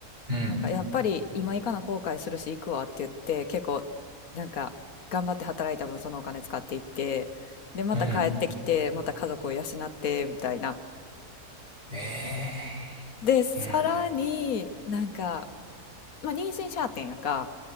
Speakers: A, on the right; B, on the left.
A: うん。
B: なんかやっぱり今行かな後悔するし行くわって言って結構なんか頑張って働いた分そのお金使っていってでまた帰ってきてまた家族を養ってみたいな
A: うん。うんえ
B: でさらになんか、
A: えー。
B: まあ、妊娠しはってんやんか